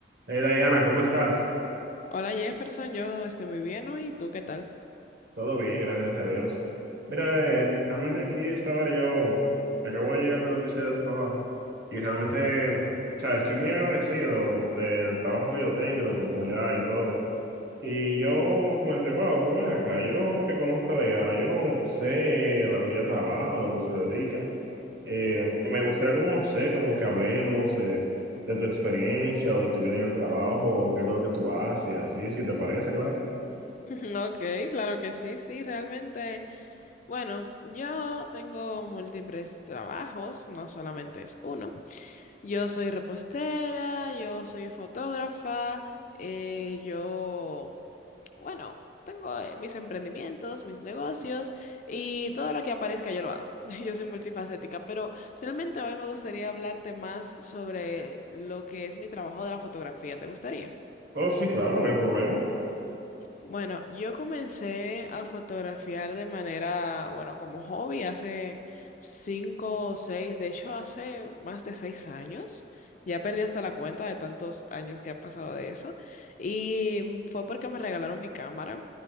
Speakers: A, on the right; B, on the left.
A: Hey Diana, ¿cómo estás?
B: Hola Jefferson, yo estoy muy bien hoy, ¿y tú qué tal?
A: Todo bien, gracias a Dios. Mira, eh, realmente aquí estaba yo, acabo de llegar de lo que sea del trabajo y realmente, o sea, estoy muy agradecido del trabajo que yo tengo y la oportunidad y todo. Y yo me comenté, wow, pero ven acá, yo que conozco a Diana, yo no sé lo que ella trabaja, lo que se dedica. Eh, me gustaría como, no sé, como que hablemos eh, de tu experiencia o de tu vida en el trabajo o qué es lo que tú haces, así, si te parece, claro.
B: <laughs> Ok, claro que sí, sí, realmente. Bueno, yo tengo múltiples trabajos, no solamente es uno. Yo soy repostera, yo soy fotógrafa, eh, yo, bueno, tengo eh, mis emprendimientos, mis negocios y todo lo que aparezca yo lo hago. <laughs> Yo soy multifacética, pero realmente hoy me gustaría hablarte más sobre lo que es mi trabajo de la fotografía. ¿Te gustaría?
A: Oh, sí, claro, no hay problema.
B: Bueno, yo comencé a fotografiar de manera, bueno, como hobby hace cinco o seis, de hecho hace más de seis años. Ya perdí hasta la cuenta de tantos años que ha pasado de eso. Y mm, fue porque me regalaron mi cámara